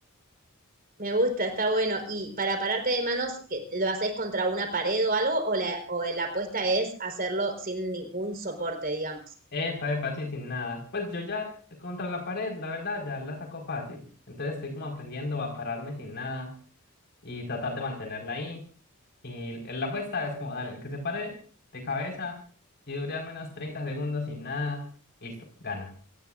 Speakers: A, on the right; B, on the left.
A: Me gusta, está bueno. ¿Y para pararte de manos, que lo haces contra una pared o algo? ¿O la, o la apuesta es hacerlo sin ningún soporte, digamos?
B: Epa, epa, sí, sin nada. Pues yo ya contra la pared, la verdad, ya la saco fácil. Entonces estoy como aprendiendo a pararme sin nada y tratar de mantenerla ahí. Y el- la apuesta es como, dale, el que se pare de cabeza y dure al menos 30 segundos sin nada, listo, gana,